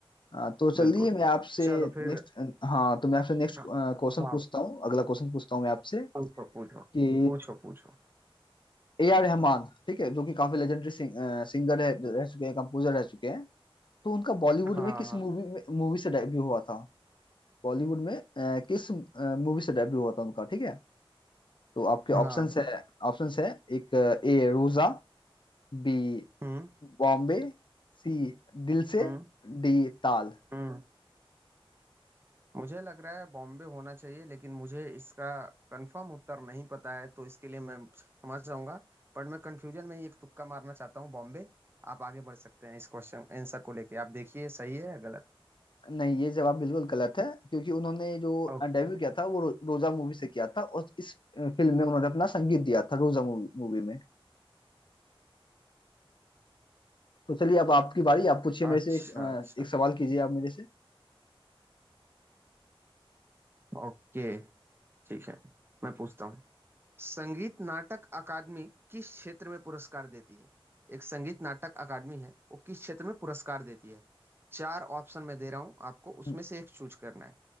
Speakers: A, on the left; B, on the right.
A: हाँ तो चलिए
B: बिल्कुल
A: मैं आपसे
B: चलो फिर
A: नेक्स्ट हाँ तो मैं आपसे नेक्स्ट
B: हाँ
A: क्वेश्चन
B: हाँ,
A: पूछता हूँ अगला क्वेश्चन पूछता हूँ मैं आपसे
B: पूछो पूछो
A: कि
B: पूछो पूछो
A: ए आर रहमान ठीक है जो कि काफी लेजेंडरी सिंगर है रह चुके हैं कंपोजर रह चुके हैं तो उनका बॉलीवुड
B: हाँ
A: में किस
B: हाँ
A: मूवी में मूवी से डेब्यू हुआ था बॉलीवुड में अ, किस मूवी से डेब्यू हुआ था उनका ठीक है तो आपके ऑप्शंस
B: हाँ
A: है ऑप्शंस है एक A Roja B
B: हम्म
A: Bombay C Dil Se
B: हम्म
A: D ताल
B: हम्म मुझे लग रहा है बॉम्बे होना चाहिए लेकिन मुझे इसका कंफर्म उत्तर नहीं पता है तो इसके लिए मैं समझ जाऊंगा पर मैं कंफ्यूजन में ही एक तुक्का मारना चाहता हूँ बॉम्बे आप आगे बढ़ सकते हैं इस क्वेश्चन आंसर को लेके आप देखिए सही है या गलत
A: नहीं ये जवाब बिल्कुल गलत है क्योंकि उन्होंने जो
B: ओके
A: डेब्यू किया था वो रो, रोजा मूवी से किया था और इस फिल्म में उन्होंने अपना संगीत दिया था रोजा मूवी मूवी में तो चलिए अब आपकी बारी आप पूछिए मेरे
B: अच्छा
A: से एक, अ,
B: अच्छा
A: एक सवाल कीजिए आप मेरे से
B: ओके ठीक है मैं पूछता हूँ संगीत नाटक अकादमी किस क्षेत्र में पुरस्कार देती है एक संगीत नाटक अकादमी है वो किस क्षेत्र में पुरस्कार देती है चार ऑप्शन मैं दे रहा हूँ आपको उसमें
A: हम्म,
B: से एक चूज करना है